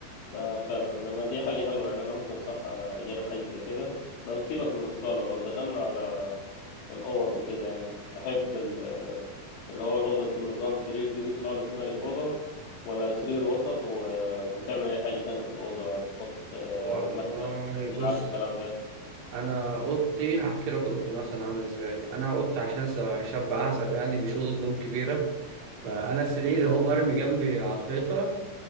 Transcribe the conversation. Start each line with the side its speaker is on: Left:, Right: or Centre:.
Left: ده فعلا لما دي حاجه حلوه يعني انا ممكن صح اجرب حاجه زي كده لو سيبك من الصاله لو دخلنا على الأوض وكده يعني تحب ال- اللي هو الأوضة تكون نظام سرير كبير خالص مالي الأوضة ولا سرير وسط و... وتعمل أي حاجة تاني في الأوضة تحط آه،
Right: والله
Left: مكتب مش
Right: بص
Left: عارف الكلام ده
Right: انا اوضتي هحكي لك اوضتي مثلا عامله ازاي انا اوضتي عشان س- شاب اعزب يعني مش اوضه نوم كبيره فانا سرير اهو مرمي جنبي على الحيطه